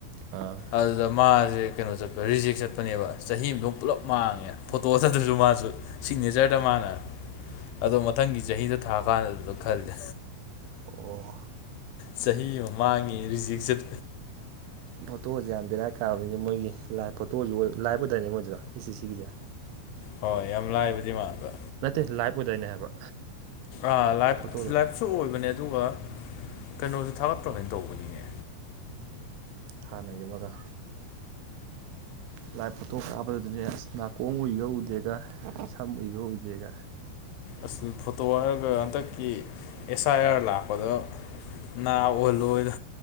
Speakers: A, on the right; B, on the left.
A: ꯑꯥ
B: ꯑꯗꯨꯗ ꯃꯥꯁꯦ ꯀꯩꯅꯣꯁꯦ ꯆꯠꯄ ꯔꯤꯖꯦꯛ ꯆꯠꯄꯅꯦꯕ ꯆꯍꯤ ꯑꯃꯗꯧ ꯄꯨꯂꯞ ꯃꯥꯡꯉꯦ ꯐꯣꯇꯣꯗꯗꯨꯁꯨ ꯃꯥꯁꯨ ꯁꯤꯒꯅꯦꯆꯔꯗ ꯃꯥꯅ ꯑꯗꯣ ꯃꯊꯪꯒꯤ ꯆꯍꯤꯗꯣ ꯊꯥ ꯀꯥꯟ ꯑꯗꯨꯗ ꯈꯜꯂꯤ
A: ꯑꯣ
B: ꯆꯍꯤ ꯑꯃꯃꯥꯡꯉꯤ ꯔꯤꯖꯤꯛ ꯆꯠ
A: ꯐꯣꯇꯣꯁꯦ ꯌꯥꯝ ꯕꯦꯔꯥ ꯀꯥꯕꯅꯤꯅ ꯃꯣꯏꯒꯤ ꯂꯥꯏ ꯐꯣꯇꯣꯁꯨ ꯑꯣꯏ ꯂꯤꯕ ꯑꯣꯏꯗꯥꯏꯅꯦ ꯃꯣꯏꯗꯨꯗ ꯏꯁꯤ ꯁꯤꯒꯤꯁꯦ
B: ꯍꯣꯏ ꯌꯥꯝ ꯂꯥꯏꯕꯗꯤ ꯃꯟꯕꯥ
A: ꯅꯠꯇꯦ ꯂꯥꯏꯐ ꯑꯣꯏꯗꯣꯏꯅꯦ ꯍꯥꯏꯕ
B: ꯑꯥ ꯂꯥꯏ
A: ꯐꯣꯇꯣꯗꯣ
B: ꯂꯥꯏꯐꯁꯨ ꯑꯣꯏꯕꯅꯦ ꯑꯗꯨꯒ ꯀꯩꯅꯣꯗꯨ ꯊꯥꯒꯠꯇ꯭ꯔꯣ ꯑꯗꯨꯃꯥꯢ ꯇꯧꯕꯅꯤꯅꯦ
A: ꯍꯥꯟꯅꯒꯤ ꯑꯃꯒ ꯂꯥꯏꯚ ꯐꯣꯇꯣ ꯀꯥꯞꯄꯗꯨꯗꯅꯦ ꯑꯁ ꯅꯥꯀꯣꯡ ꯎꯏꯒ ꯎꯗꯦꯒ ꯁꯝ ꯎꯏꯒ ꯎꯏꯗꯦꯒ
B: ꯑꯁ ꯐꯣꯇꯣ ꯍꯥꯏꯔꯒ ꯍꯟꯗꯛꯀꯤ ꯑꯦꯁ ꯑꯥꯏ ꯑꯥꯔ ꯂꯥꯛꯄꯗ ꯅꯥ ꯎꯍꯥꯜꯂꯣꯅ